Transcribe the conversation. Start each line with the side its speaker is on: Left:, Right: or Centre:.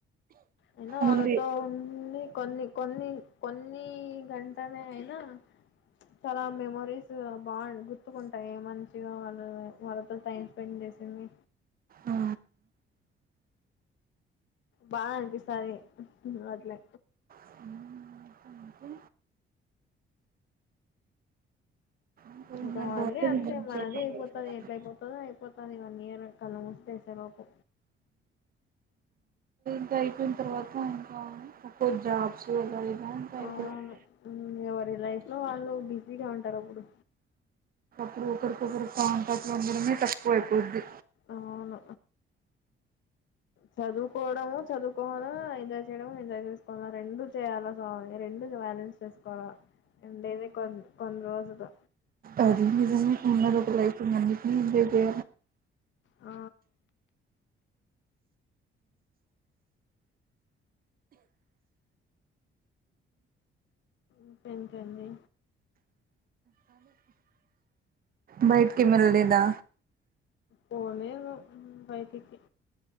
Left: అయినా వాళ్ళతో
Right: ముందే
Left: ఉన్ని కొన్ని కొన్ని కొన్ని గంటనే అయినా చాలా మెమరీస్ బాగు గుర్తుకుంటాయి మంచిగా వాళ్ళ వాళ్ళతో టైం స్పెండ్ చేసింది
Right: ఆ
Left: బాగా అనిపిస్తాది అట్లే.
Right: ఇంకా ఇంకా
Left: అ
Right: ఇంకా
Left: బావుంది
Right: బాగుంటది
Left: అంతే
Right: మంచిగా.
Left: మాదీ అయిపోతాదేం ఎట్ల అయిపోతదో అయిపోతాది వన్ ఇయర్ కళ్లు మూసి తెరిసే లోపు
Right: ఇ అయిపోయిన తర్వాత ఇంకా ఒక్కో జాబ్స్ అలా ఇలా ఇంకా అయిపోతాయి
Left: ఆ ఊ ఎవరి లైఫ్ లో వాల్లూ బిజీగా ఉంటరప్పుడూ
Right: ఒక ఒకరికొ ఒకరు కాంటాట్లు ఉండడమే తక్కువ అయిపోతుద్ది
Left: అవును చదువుకోవడము చదువుకోవాల ఎంజాయ్ చేయడము ఎంజాయ్ చేసుకోవాలా రెండు చేయాల సా రెండు బ్యాలెన్స్ చేసుకోవాలా ఉండేదె కొ కొన్ని రోజులు
Right: అది మీ ఉన్నలో ఒక లఫ అదే
Left: ఆ ఇకంక అడి
Right: బైఠక మల్లేదా
Left: పోలేదు బయటికి